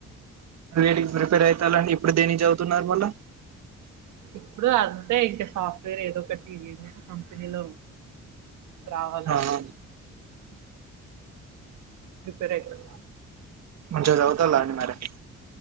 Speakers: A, on the right; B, on the right.
A: వేటికి ప్రిపేర్ అయితానని ఇప్పుడు దేనికి చదువుతున్నారు మళ్ల
B: ఇప్పుడు అంతే ఇంక సాఫ్ట్వేర్ ఏదో ఒకటి ఏదో ఒక కంపెనీలో రావాలని
A: ఆ హా
B: ప్రిపేర్ అయితు
A: మంచిగ చదువుతుండ్ళ అండి మరీ